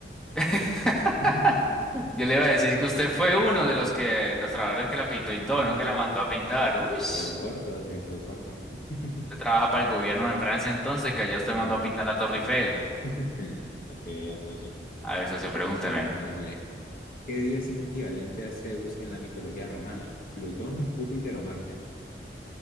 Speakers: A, in the centre; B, on the left.
A: <laughs>
B: <laughs>
A: Yo le iba a decir que usted fue uno de los que, los trabajadores que la pintó y
B: No,
A: todo, no que la mandó a pintar. Uy,
B: se
A: usted
B: quedó corto, se quedó corto. <laughs>
A: trabaja para el gobierno en Francia entonces, que allá usted
B: Eh,
A: mandó a pintar la Torre Eiffel.
B: <laughs> Ok, hasta eso.
A: A ver, socio, pregúnteme.
B: Bueno, mire, ¿qué dios es equivalente a Zeus en la mitología romana? ¿Plutón, Júpiter o Marte?